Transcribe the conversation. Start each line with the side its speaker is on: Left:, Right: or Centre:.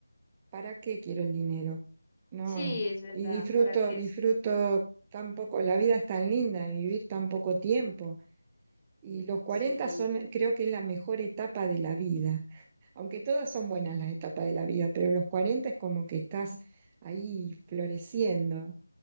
Right: ¿Para qué quiero el dinero? No,
Left: Sí, es verdad.
Right: y disfruto,
Left: ¿Para qué?
Right: disfruto
Left: es-
Right: tan poco, la vida es tan linda, y vivir tan poco tiempo. Y los cuarenta
Left: Sí.
Right: son, creo que es la mejor etapa de la vida. Aunque todas son buenas las etapas de la vida, pero los 40 es como que estás ahí floreciendo.